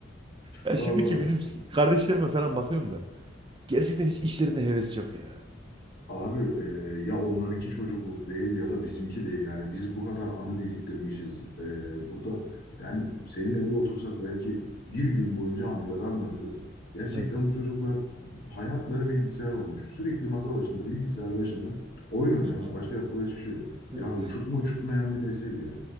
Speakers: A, on the right; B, on the left.
A: Ya
B: Valla
A: şimdiki bizim kardeşlerime falan bakıyorum da gerçekten hiç işlerinde heves yok ya.
B: abi e, ya onlarınki çocukluk değil ya da bizimki değil yani biz bu kadar anı biriktirmişiz. E, burada yani seninle bir otursak belki bir gün boyunca anıları anlatırız. Gerçekten
A: Evet.
B: bu çocuklar hayatları bilgisayar olmuş. Sürekli masa başında bilgisayar başında oyun oynuyorlar.
A: Hı hı.
B: Başka yapılan hiçbir şey yok. Ya
A: Evet.
B: uçurtma uçurtmayan bir nesil ya.